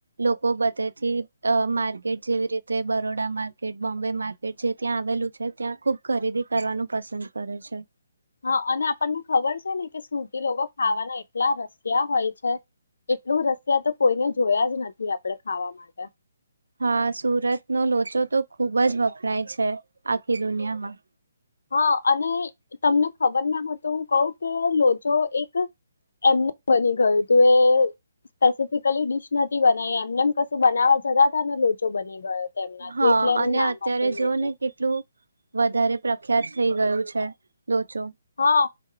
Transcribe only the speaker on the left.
હા અને આપણને ખબર છે ને. સ સુતી લોકો. ખાવાના એટલા રસ ક્યાં હોય છે. એટલું રસિયા તો કોઈને જ. જોયા જ નથી આપડે ખાવા માટે
હા અને તમને ખબર ના હો તો હું કઉ કે લોચો એક એમને બની ગયું તું એ સ્પેસફિકલી ડિશ નથી બનાવી એમનેમ કશું બનાવા જતા ત ને લોચો બની ગયો એનાથી
એટલે એનું
નામ
હતું લોચો.
હા